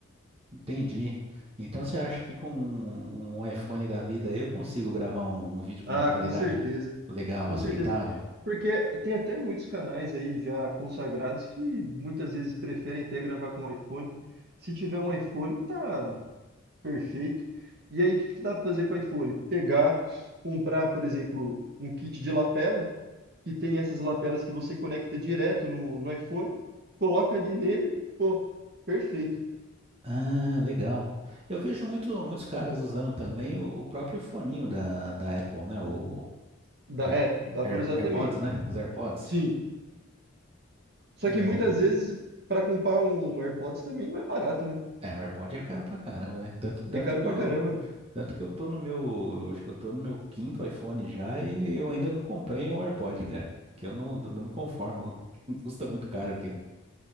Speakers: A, on the right; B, on the right.
A: Entendi. Então você acha que com um um iPhone da vida eu consigo gravar um, um vídeo com
B: Ah,
A: uma qualidade
B: com certeza.
A: legal,
B: Com
A: aceitável?
B: certeza. Porque tem até muitos canais aí já consagrados que muitas vezes preferem até gravar com iPhone. Se tiver um iPhone, tá, Perfeito. E aí, o que que dá para fazer com o iPhone? Pegar, comprar, por exemplo, um kit de lapela, que tem essas lapelas que você conecta direto no, no iPhone, coloca ali nele, pô, perfeito.
A: Ah, legal. Eu vejo muito, muitos caras usando também o, o próprio foninho da, da Apple, né? O
B: Dá,
A: Air-
B: é, dá
A: Air-
B: para usar
A: AirPods,
B: também.
A: né? Os AirPods.
B: Sim. Só
A: É,
B: que muitas vezes, para comprar um AirPods também não é barato, né?
A: é, o AirPod é caro pra caramba, né? Tanto, tanto
B: É caro
A: que
B: pra
A: eu,
B: caramba.
A: tanto que eu tô no meu, eu acho que eu tô no meu quinto iPhone já e eu ainda não comprei um AirPod, cara. Que eu não, não me conformo. <laughs> Custa muito caro aquilo.